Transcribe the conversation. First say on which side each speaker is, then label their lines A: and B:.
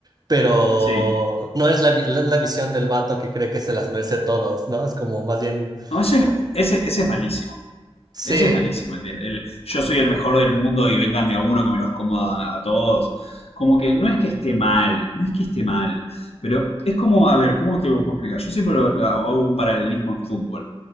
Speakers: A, on the right; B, on the left.
A: pero
B: Sí.
A: no es la, vi- no es la visión del vato que cree que se las merece todos, ¿no? Es como más bien,
B: No, eso es-
A: oh,
B: ese, ese es malísimo.
A: sí,
B: Ese es malísimo. El, de- el yo soy el mejor del mundo y vengan de a uno que me los coma a a todos. Como que no es que esté mal, no es que esté mal. Pero es como, a ver, ¿cómo te lo puedo explicar? Yo siempre lo- lo hago un paralelismo en fútbol.